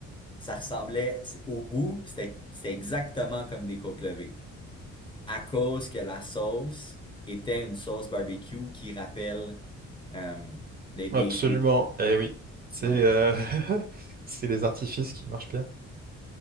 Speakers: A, on the left; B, on the right.
A: Ça ressemblait c- au goût, c'était c'était exactement comme des côtes levées. À cause que la sauce était une sauce barbecue qui rappelle euh, des, des,
B: Absolument.
A: des-
B: Eh oui, c'est
A: Ouais,
B: euh, <laughs> c'est les artifices qui marchent bien.